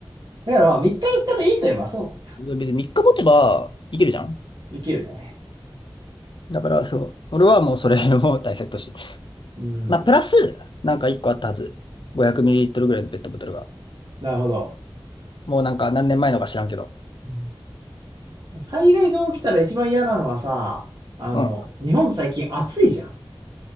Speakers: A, on the right (about 50°); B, on the left (about 60°).
A: だからまあ、3日4日でいいと言えばそうだね。
B: 別に3日持てばいけるじゃん。
A: できるね。
B: だからそう。俺はもうそれを大切として。<laughs>
A: うん。
B: まあ、プラス、なんか1個あったはず。500ml ぐらいのペットボトルが。
A: なるほど。
B: もうなんか何年前のか知らんけど。
A: うん災害が起きたら一番嫌なのはさ、あの、
B: うん。
A: 日本最近暑いじゃん。